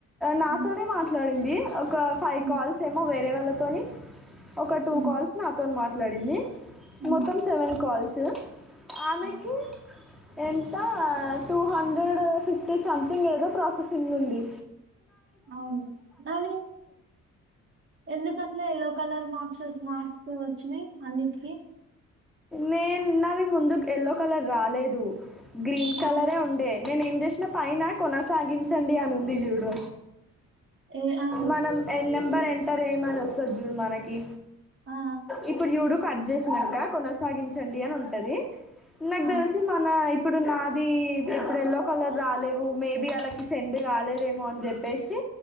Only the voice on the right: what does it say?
ఉమ్,
ఉమ్,
ఉమ్,
ఉమ్,
ఆ,
అవును నా ఎందుకట్లా ఎలో కలర్ మార్క్స్ మార్క్స్ వచ్చినాయి అన్నిటికిీ
ఆ
ఏ ఆ
ఆ
ఆ
ఆ